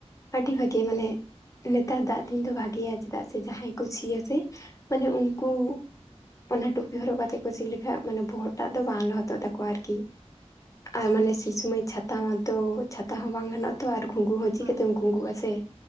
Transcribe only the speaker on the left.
ᱟᱰᱤ ᱵᱷᱟᱜᱮ ᱢᱟᱱᱮ ᱱᱮᱛᱟᱨ ᱫᱟᱜᱽ ᱫᱤᱱ ᱫᱚ ᱵᱷᱟᱜᱮᱭᱟ ᱪᱮᱫᱟᱜ ᱥᱮ ᱡᱟᱦᱟᱸᱭ ᱠᱚ ᱥᱤᱭᱟ ᱥᱮ ᱚᱱᱮ ᱩᱱᱠᱩ
ᱚᱱᱟ ᱴᱩᱯᱤ ᱦᱚᱨᱚᱜ ᱠᱟᱛᱮ ᱠᱚ ᱥᱤ ᱞᱮᱠᱷᱟᱡ ᱢᱟᱱᱮ ᱵᱚᱦᱚᱜ ᱴᱟᱜ ᱫᱚ ᱵᱟᱝ ᱞᱚᱦᱚᱛᱚᱜ ᱛᱟᱠᱚᱣᱟ ᱟᱨᱠᱤ ᱟᱨ
ᱢᱟᱱᱮ ᱥᱤ ᱥᱩᱢᱟᱹᱭ ᱪᱷᱟ ᱛᱟᱝ-ᱟ ᱛᱳ ᱪᱷᱟᱛᱟ ᱦᱚᱸ ᱵᱟᱝ ᱜᱟᱱᱚᱜ-ᱟ ᱛᱚ ᱟᱨ ᱜᱷᱸᱜᱩ ᱦᱚᱸ ᱪᱤᱠᱟᱹᱛᱮᱢ
ᱜᱷᱸᱜᱩᱜ-ᱟ ᱥᱮ?